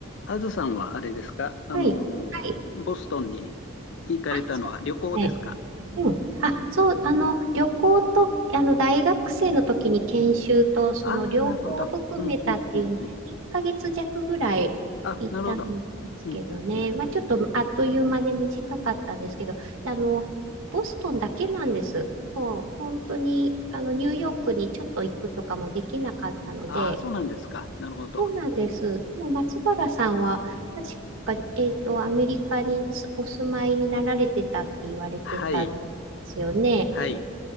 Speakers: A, on the left; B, on the right.
A: あずさんはあれですかあの、
B: はい。はい。
A: ボストンに行かれたのは旅行ですか
B: あ、そうですね。うん。あ、そう、あの、旅行と、あの、大学生の時に研修と、その両方含めたっていうの、
A: ああー、なるほど。うん、うん、うん、うん。
B: 1ヶ月弱ぐらい行ったんですけどね。
A: あ、なるほど。うん、うん、うん、
B: まあ、
A: うん。
B: ちょっとあっという間で短かったんですけど、あの、ボストンだけなんです。もう、本当に、あの、ニューヨークにちょっと行くとかもできなかったので、
A: ああ、そうなんですか。なるほど。
B: そうなんです。でも松原さんは、確か、えっと、アメリカにすお住まいになられてたって言われてたんですよね。
A: はい、はい、